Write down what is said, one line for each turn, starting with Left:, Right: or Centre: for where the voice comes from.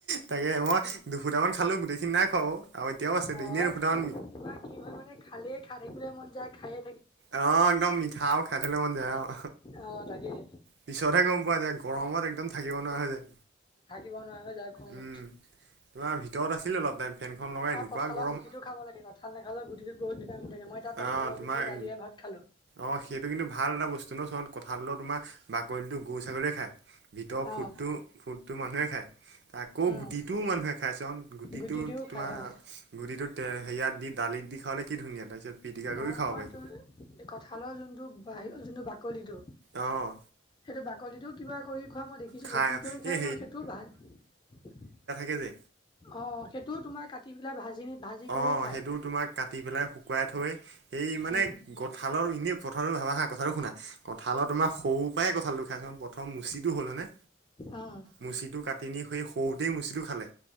Right: তাকে মই দুফুটামান খালো, গোটেইখিনি নাই খোৱা। আৰু এতিয়াও আছে
Left: অ'
Right: এনেই
Left: <unintelligible>
Right: দুফুটামান
Left: হয় মানে খালেই খাই থাকিবলৈ মন যায় খায়।
Right: অ' একদম মিঠা খাই থাকিবলৈ মন যায় আৰু
Left: অ', তাকেই
Right: পিছতহে গ'ম পোৱা যায়। গৰমত একদম থাকিব নোৱাৰা হয় যায়।
Left: থাকিব নোৱাৰ হৈ যায় গৰমত।
Right: উম, তোমাৰ ভিতৰত আছিলোঁ অলপ টাইম ফেনখন লগাই এনেকুৱা
Left: অ' কঁঠালৰ
Right: গৰম
Left: গুটিতু খাব লাগে, কঁঠাল নাখালেও গুটিতো বহুত ভিটামিন থাকে। মই এতিয়া কঁঠালৰ
Right: অ' তোমাৰ
Left: গুটি দালিয়ে ভাত খালোঁ।
Right: অ' সেইটো কিন্তু ভাল এটা বস্তু ন চ। কথাল তো তোমাৰ বাকলিটো গৰু ছাগলীয়ে খায়, ভিতৰৰ
Left: অ',
Right: ফুডটো ফুডটো মানুহে খায়। আকৌ
Left: উম,
Right: গুটিটো মানুহে খাই চোৱা চোৱা গুটিটো
Left: গুটিটোও
Right: তোমাৰ
Left: খাই অ',
Right: গুটিটো। তেতিয়া সেয়াত দি দিত দি খাবাললৈ কি ধুনীয়া। তাৰপিছত, পিটিকা কৰিও
Left: অ'
Right: খাব
Left: তোমাৰ
Right: পাৰি
Left: এইটো কঁঠালৰ যোনটো বাহিৰ যোনটো বাকলিটো
Right: অহ'
Left: সেইটো বাকলিটোও কিবা কৰি খোৱা মই দেখিছিলোঁ
Right: খাই
Left: কি কৰি খোৱা
Right: এই
Left: জানো সেইটোও ভাল।
Right: কে জে
Left: অ' সেইটোও তোমাৰ কাটি পেলাই ভাজি নি ভাজি
Right: অঁ
Left: কৰি খায়।
Right: সেইটো তোমাক কাটি পেলাই শুকুৱাই থৈ এই মানে
Left: উম,
Right: কঁঠালৰ এনেই পথাৰৰ ভাবা খা কথাটো শুনা। কঁঠালৰ তোমাৰ সৰুৰ পৰাই কঁঠাল টো খাইছোন পথৰ মুচিটো হ'ল হয়নে।
Left: উম,
Right: মুচিটো কাটি নি সেই সৰুতেই মুচিটো খালে।